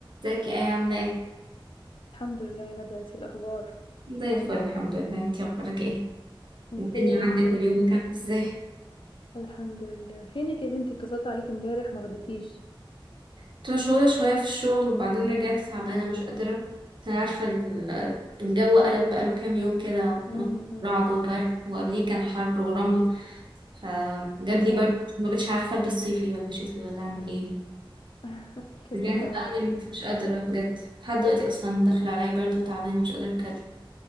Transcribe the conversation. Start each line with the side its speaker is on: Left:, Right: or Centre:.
Right: ازيك ايه عاملة ايه؟
Left: الحمد لله يا ندى انتي الاخبار
Right: زي الفل الحمد لله انتي اخبارك ايه؟
Left: بخير
Right: الدنيا عندك
Left: الحمد
Right: واليومك
Left: لله
Right: عامل ازاي؟
Left: الحمد لله فينك يا بنتي اتصلت عليك امبارح ما رديتيش
Right: كنت مشغولة شوية في الشغل وبعدين رجعت تعبانة مش قادرة انا عارفة ال- الجو قلب بقاله كام يوم كده
Left: امم أمم.
Right: رعد وبرد وقبليه كان حر ورمل فجاب لي
Left: فعلا
Right: برد ما بقتش عارفة البس صيفي ولا شتوي ولا اعمل ايه
Left: <laughs> الف
Right: رجعت
Left: سلام
Right: بقى
Left: عليكي
Right: نمت مش قادرة بجد لحد دلوقتي اصلا داخل عليا برد وتعبانة مش قادرة اتكلم